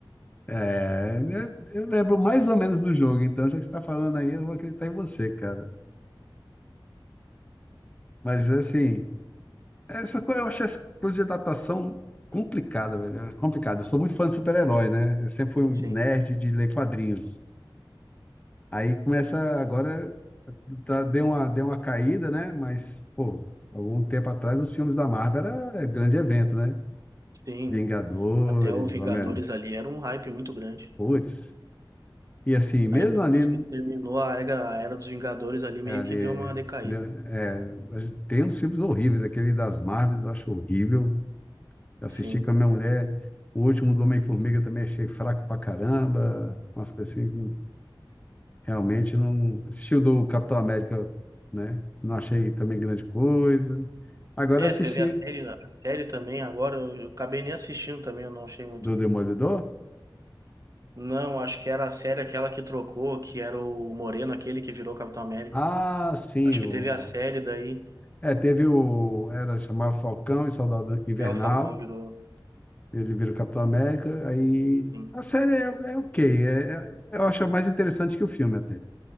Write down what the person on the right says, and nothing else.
Sim,
sim.
o- até o Vingadores
ali era um hype muito grande.
Aí depois
que terminou a era, a era dos Vingadores ali, meio
que deu uma decaída.
Sim.
É,
teve a série, a série também agora, eu, eu acabei nem assistindo também, eu não achei muito.
Não, acho que era a série aquela que trocou, que era o Moreno, aquele que virou Capitão América.
Acho que
teve a série daí,
é, o Falcão virou.
Sim,